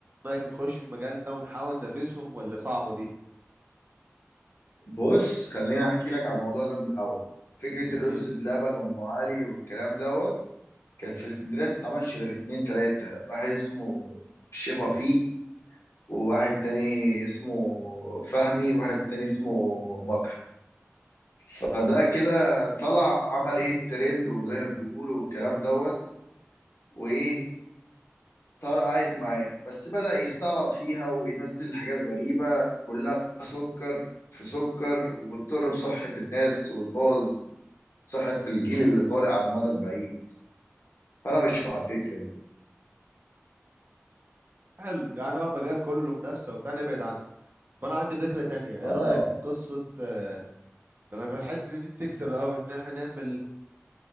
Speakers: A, on the right; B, on the left.
A: رايك نخش في المجال ده ونحاول ننافسهم ولا صعبة دي
B: بص خليني احكي لك على الموضوع ده من الاول فكره
A: احكيلي
B: الرز بلبن وام علي والكلام دوت كانت في اسكندريه ما بتتعملش غير اتنين تلاته واحد اسمه الشيخ وفيق وواحد تاني اسمه فهمي وواحد تاني اسمه مكر فده كده طلع عمل ايه الترند وزي ما بيقولوا والكلام دوت وايه طرقعت معاه بس بدأ يستعبط فيها وينزل حاجات غريبة كلها سكر في سكر وبتضر بصحة الناس وبتبوظ صحة الجيل اللي طالع على المدى البعيد فأنا مش مع الفكرة دي
A: حلو يعني هو مجال كله منافسة وبتاع نبعد عنه فانا عندي فكرة تانية ايه
B: اه
A: رأيك في قصة آه، انا بحس ان دي بتكسب قوي ان احنا نعمل